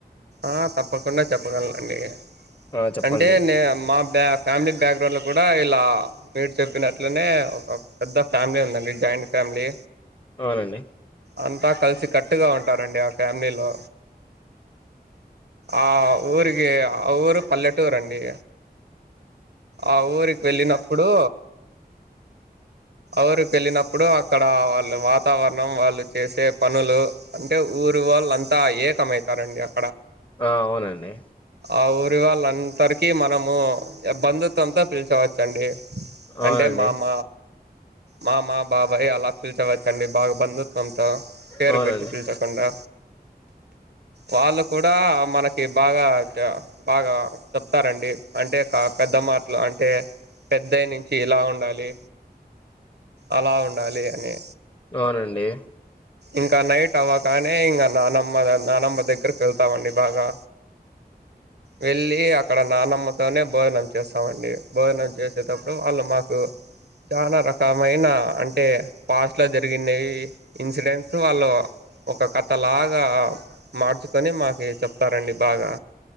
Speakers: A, on the right (about 80°); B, on the left (about 30°).
A: ఆ తప్పకుండా చెప్పగలనండి
B: ఆ చెప్పండి
A: అంటే నే మా బ్యా ఫ్యామిలీ బ్యాక్ గ్రౌండ్ లో కూడా ఇలా మీరు చెప్పినట్లనే ఒక పెద్ద ఫ్యామిలీ ఉందండి జాయింట్ ఫ్యామిలీ
B: అవునండి
A: అంతా కలిసి కట్ ట్టుగా ఉంటారండి ఆ ఫ్యామిలీలో ఆ ఊరికి ఆ ఊరు పల్లెటూరండి ఆ ఊరికి వెళ్ళినప్పుడు ఊరుకు వెళ్ళినప్పుడు అక్కడ వాళ్ళు వాతావరణం వాళ్ళు చేసే పనులు అంటే ఊరు వాళ్ళు అంతా ఏకమైతారండి అ
B: ఆ అవునండి
A: అవుర్ రి వాళ్లు అంతరికీ మనము బంధుత్వంతో పిల్చవ చండి
B: అవునండి
A: అంటే మామ మామ బా బయ్ అలా పిల్చవచ్చండి బాగా బంధుత్వంతో పేరు
B: అవునండి
A: పెట్టి పిల్చకుండా వాళ్ళు కూడా మనకి బాగా బాగా చెప్తారండి అంటే పెద్ద మాటలు అంటే పెద్దయి నుంచి ఇలా ఉండాలి అలా ఉండాలి అని
B: అవునండి
A: ఇంకా నైట్ అవ్వగా కానీ ఇంకా నానమ్మ నానమ్మ దగ్గరకి వెళ్తామండి బాగా వెళ్ళి అక్కడ నానమ్మతోనే భోజనం చేస్తామండి భోజనం చేసేటప్పుడు వాళ్ళు మాకు చాలా రకమైన అంటే ఫాస్ట్ ల జరిగిండేవి ఇన్సిడెంట్లు వాళ్ళు ఒక కథలాగా బాగా మార్చుకొని మాకి చెప్తారండి బాగా